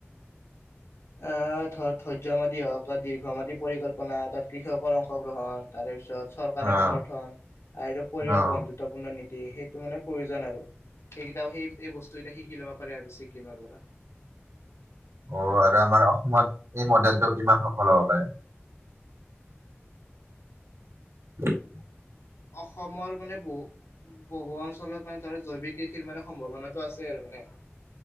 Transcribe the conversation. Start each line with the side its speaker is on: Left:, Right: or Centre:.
Left: আ ধৰ ধৈৰ্য্য মাদী হওক ত দীৰ্ঘমাদী পৰিকল্পনা তাত কৃষকৰ অংশগ্ৰহণ তাৰে পিছত চৰকাৰে
Right: অ',
Left: সমৰ্থন আৰু পৰিৱেশ
Right: অ',
Left: বন্ধুত্ব গুৰুত্বপূৰ্ণ নীতি সেইটো মানে প্ৰয়োজন আৰু সেইকেইটাও সেই এই বস্তুকেইটা শিকি ল'ব পাৰে আৰু ছিকিমৰ পৰা
Right: অ আৰু আমাৰ অসমত এই মডেলটো কিমান সফল হ'ব পাৰে <inaudible>
Left: অসমৰ মানে বহুত বহু অঞ্চলত মানে তৰ্ত জৈৱিক কৃষিৰ মানে সম্ভাৱনাটো আছে আৰু মানে